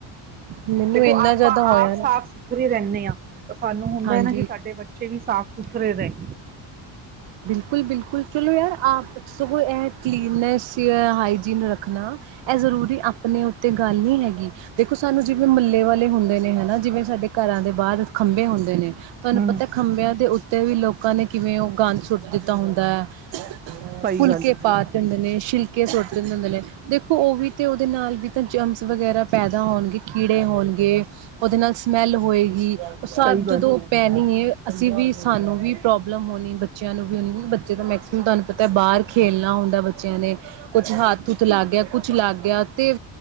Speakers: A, on the right; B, on the right.
A: ਮੈਨੂੰ
B: ਦੇਖੋ
A: ਇੰਨਾ
B: ਆਪਾਂ
A: ਜ਼ਿਆਦਾ ਹੋਇਆ
B: ਆਪ
A: ਨਾ
B: ਸਾਫ਼ ਸੁਥਰੇ ਰਹਿੰਦੇ ਹਾਂ ਸਾਨੂੰ ਹੁੰਦਾ
A: ਹਾਂਜੀ।
B: ਹੈ ਨਾ ਕਿ ਸਾਡੇ ਬੱਚੇ ਵੀ ਸਾਫ਼ ਸੁਥਰੇ ਰਹੇ
A: ਬਿਲਕੁਲ, ਬਿਲਕੁਲ ਚਲੋ ਯਾਰ ਆਪ ਇਹ ਕਲੀਨੈਸ ਹਾਈਜੀਨ ਰੱਖਣਾ ਇਹ ਜ਼ਰੂਰੀ ਆਪਣੇ ਉੱਤੇ ਗੱਲ ਨਹੀਂ ਹੈਗੀ ਦੇਖੋ ਸਾਨੂੰ ਜਿਵੇਂ ਮਹੱਲੇ ਵਾਲੇ ਹੁੰਦੇ ਨੇ ਹਨਾ ਜਿਵੇਂ ਸਾਡੇ ਘਰਾਂ ਦੇ ਬਾਹਰ ਖੰਭੇ ਹੁੰਦੇ ਨੇ ਤੁਹਾਨੂੰ
B: ਹਮ
A: ਪਤਾ ਖੰਭਿਆਂ ਦੇ ਉੱਤੇ ਵੀ ਲੋਕ ਉਹ ਨੇ ਕਿਵੇਂ ਉਹ ਗੰਦ ਸੁੱਟ ਦਿੱਤਾ ਹੁੰਦਾ ਹੈ <unintelligible>
B: ਸੌ ਰੁਪਏ
A: ਫੁਲਕੇ ਪਾਤੰਦੇ ਨੇ ਸ਼ਿਲਕ ਕੇ ਸੋਟਦੇੁੰ ਹੁੰਦੇ ਦੇਖ ਉਹ ਵੀ ਤੇ ਉਹਦੇ ਨਾਲ ਵੀ ਤਾਂ ਜਮਸ ਵਗੈਰਾ ਪੈਦਾ ਹੋਣਗੇ ਕੀੜ ੜੇ ਹੋਣਗੇ ਉਹਦੇ ਨਾਲ ਸਮੈਲ ਹੋਏਗੀ, ਉਹ ਸ
B: ਸਹੀ
A: ਜਦੋਂ ਪੈਣੀ ਅਸੀਂ ਵੀ ਸਾਨੂੰ ਵੀ ਪ੍ਰੋਬਲਮ ਹੋਣੀ ਬੱਚਿਆਂ ਨੂੰ ਵੀ ਹੋਣੀ ਬੱਚੇ ਤਾਂ ਮੈਕ ਤੁਹਾਨੂੰ ਪਤਾ ਬਾਹਰ ਖੇਲਣਾ ਹੁੰਦਾ ਬੱਚਿਆਂ ਨੇ ਕੁਛ ਹੱਥ ਹੂੱਥ ਲੱਗ ਗਿਆ ਕੁਝ ਲੱਗ ਗਿਆ ਤੇ